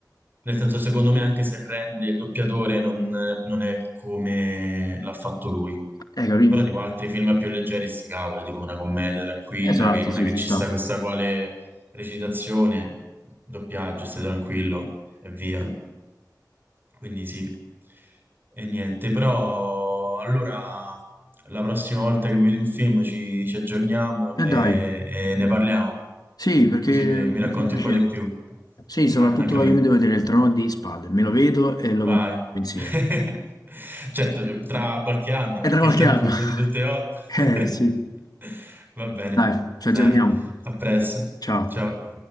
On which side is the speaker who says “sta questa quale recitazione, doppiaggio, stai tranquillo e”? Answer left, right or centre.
Right